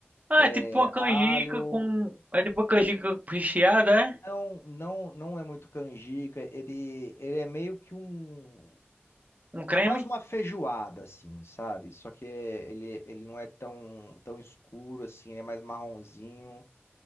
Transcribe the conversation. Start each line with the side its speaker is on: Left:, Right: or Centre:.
Right: Ah,
Left: é,
Right: é tipo uma canjica
Left: alho.
Right: com. É tipo uma canjica recheada, é?
Left: Não, não, não é muito canjica. Ele, ele é meio que um
Right: Um creme?
Left: quase uma feijoada, assim, sabe? Só que é- ele, ele não é tão, tão escuro assim, ele é mais marronzinho.